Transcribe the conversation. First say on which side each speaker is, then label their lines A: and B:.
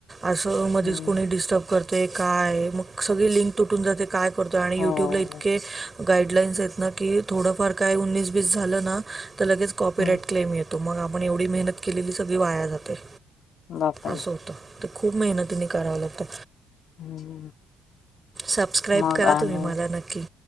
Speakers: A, on the right; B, on the left.
A: असं मधीच
B: हम्म
A: कोणी डिस्टर्ब करते काय मग सगळी लिंक तुटून जाते काय. आणी
B: हो
A: युट्युबला इतके गाईड लाईन्सेत न की थोडंफार काय उन्निस- बीस झालंना त लगेच कॉपीराईट
B: हम्म
A: क्लेम येत- तो मग आपण एवढी मेहनत केलेली सगळी वाया जाते
B: बापरे
A: असं होत. खूप मेहनतीनी करावं लागतं.
B: हम्म
A: सबस्क्राईब
B: मग
A: करा
B: आणि
A: तुम्ही मला नक्की.